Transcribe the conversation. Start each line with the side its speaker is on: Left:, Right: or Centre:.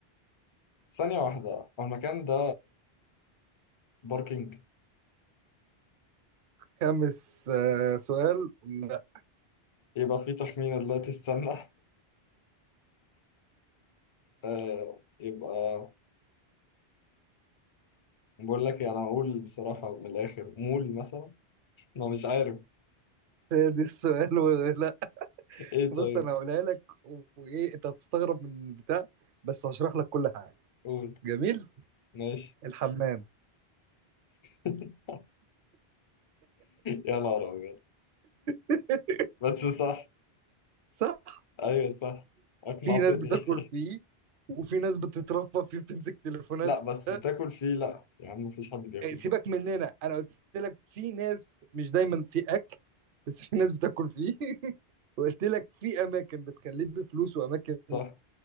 Left: ثانيه واحده هو المكان ده باركينج
Right: خامس آه، سؤال لا
Left: يبقى فيه تخمينه دلوقتي استنى <laughs> آه، يبقى بقول لك يعني هقول بصراحه من الاخر مول مثلا ما مش عارف
Right: سادس سؤال <laughs> لا
Left: ايه
Right: بص
Left: طيب
Right: انا هقولها لك وايه انت هتستغرب من البتاع بس هشرح لك كل حاجة
Left: قول
Right: جميل
Left: ماشي
Right: الحمام
Left: <laughs> يا نهار ابيض
Right: <laughs>
Left: بس صح
Right: صح
Left: ايوه صح اقنعتني
Right: في ناس بتاكل فيه وفي ناس بتترفه فيه بتمسك تليفونات
Left: <laughs> لا بس تاكل
Right: آه،
Left: فيه لا يا عم مفيش حد بياكل
Right: سيبك
Left: فيه
Right: مننا انا قلت لك في ناس مش دايما في اكل بس في ناس بتاكل فيه <laughs> وقلت لك في اماكن بتخليه بفلوس واماكن
Left: صح